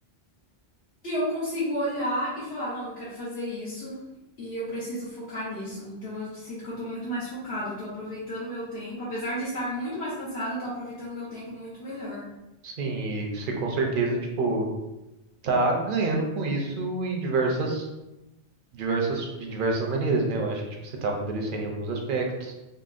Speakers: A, on the left; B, on the right.
A: que eu consigo olhar e falar, não, eu quero fazer isso e eu preciso focar nisso. Então eu sinto que eu tô muito mais focado, eu tô aproveitando meu tempo, apesar de estar muito mais cansada, eu tô aproveitando meu tempo muito melhor.
B: Sim, e você com certeza, tipo, tá ganhando com isso em diversas, diversas, de diversas maneiras, né? Eu acho que, tipo, você tá amadurecendo em alguns aspectos,